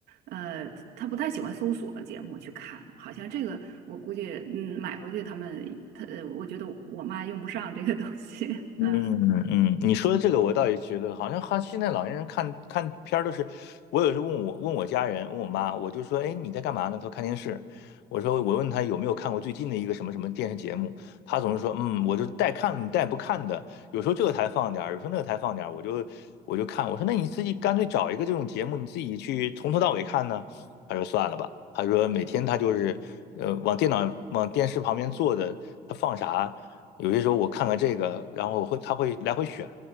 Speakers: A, on the right; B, on the left.
A: 呃，他不太喜欢搜索节目去看，好像这个我估计，嗯，买回去他们，他，呃我觉得我妈用不上这个东西，<laughs>
B: 嗯嗯，
A: 嗯，
B: 嗯你说的这个我倒也觉得，好像哈现在老年人看看片儿都是，我有时候问我问我家人问我妈，我就说，哎，你在干嘛呢？她说看电视。我说我问她有没有看过最近的一个什么什么电视节目，她总是说，嗯，我就带看带不看的，有时候这个台放点儿，有时候那个台放点儿，我就我就看。我说那你自己干脆找一个这种节目，你自己去从头到尾看呢。她说算了吧，她说每天她就是呃往电脑往电视旁边坐的，她放啥。有些时候我看看这个，然后我会他会来回选，